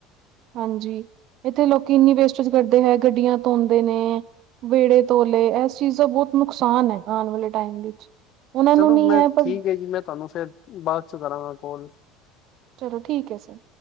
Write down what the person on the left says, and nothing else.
ਚਲੋ
ਮੈਂ
ਠੀਕ ਹੈ ਜੀ ਮੈਂ ਤੁਹਾਨੂੰ ਫੇਰ ਬਾਅਦ ਚ ਕਰਾਂਗਾ ਕੋਲ